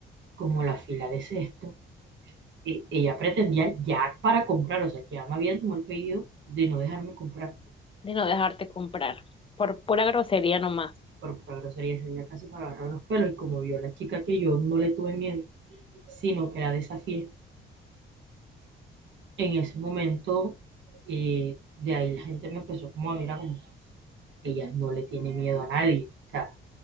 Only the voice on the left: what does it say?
de no dejarte comprar por pura grosería nomás.